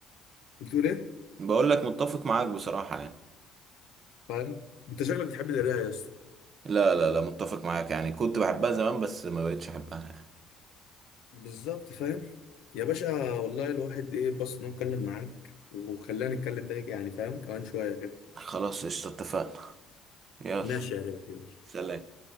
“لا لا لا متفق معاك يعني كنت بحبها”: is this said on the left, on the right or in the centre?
Right